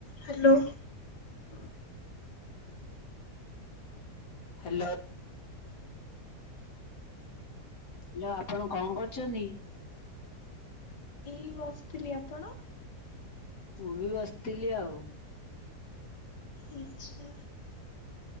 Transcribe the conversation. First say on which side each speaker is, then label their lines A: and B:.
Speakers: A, on the left; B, on the left.
A: Hello.
B: Hello. Hello ଆପଣ କଣ କରୁଛନ୍ତି?
A: ଏଇ ବସିଥିଲି ଆପଣ।
B: ମୁଁ ବି ବସିଥିଲି ଆଉ।
A: ଆଚ୍ଛା।